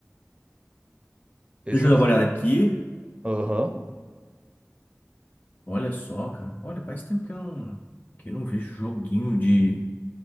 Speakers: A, on the right; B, on the left.
A: Esses
B: Deixa
A: são
B: eu dar
A: os...
B: uma olhada aqui.
A: Aham.
B: Olha só, cara. Olha, faz tempo que eu não, que eu não vejo joguinho de,